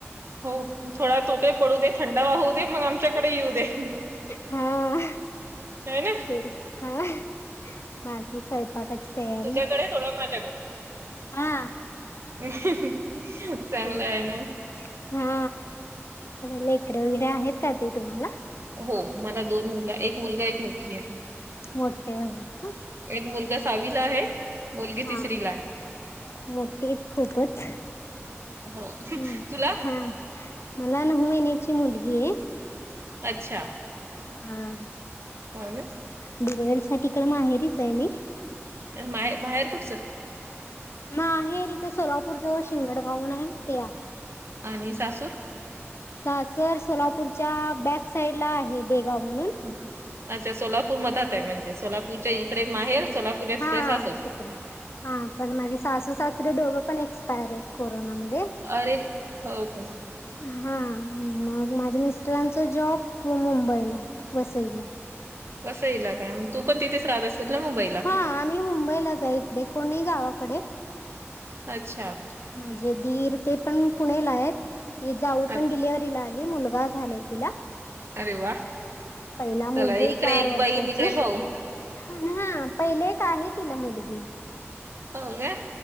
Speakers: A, on the right (about 60°); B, on the left (about 60°).
A: हो थोडा तोट पडू दे, थंडावा होऊ दे मग आमच्याकडे येऊ दे.
B: हा
A: हय ना.
B: ते हा. बाकी स्वयंपाकाची तयारी
A: अ तुझ्याकडे थोडं माझ्याकडे
B: हा,
A: <unintelligible>
B: <unintelligible>
A: ना
B: हा लेकर वगैरे आहेत का ते तुम्हाला?
A: हो मला दोन मूल एक मुलगा एक मुलगी आहे.
B: मोठे आहेत का?
A: एक मुलगा सहावीला आहे. मुलगी
B: हा
A: तिसरी ला आहे.
B: मोठी खूपच <inaudible>
A: हो
B: हम
A: तुला
B: हा मला नऊ महिन्याची मुलगी हाय.
A: अच्छा,
B: हम्,
A: आलो,
B: डिलेव्हरी साठी इकड आहेरीच आहे मी
A: आणि माय बाहेर कुठचं.
B: म आहे तिथे सोलापूर ज शिंगडगावण आहे ते आहे.
A: आणि सासूर,
B: सासर सोलापूरच्या बॅक साइड ला आहेत. देगाव म्हणून,
A: ह ह, अच्छा सोलापूर मधात आहे म्हणजे? सोलापूरच्या इकडे माहेर सोलापूरच्या
B: हा
A: तिकडे सासर?
B: तिकडे. हा पण माझे सासू सासरीे दोघं पण एक्सपायर आहेत कोरोनामध्ये,
A: अरे हो का?
B: हा मग माझ्या मिस्टरांचा जॉब मुंबईला आहे वसईला.
A: कसंईला काय माहित. तू पण तिथच राहत असेल ना मोबाईल
B: हा आम्ही मुंबईलाच आहे इकडे, कोण नई गावाकडे
A: अच्छा.
B: माझे दीर ते पण पुणेला आहेत, ती जाऊ पण
A: अच्छ
B: डिलिवर ला आली, मुलगा झालाय तिला.
A: अरे वा
B: पहिला मुलगीय
A: चला इकडे
B: चार
A: एक
B: वर्षाची.
A: बहीण इकडे भाऊ
B: हम्म पहिले एक आहे तिला मुलगी.
A: हो का.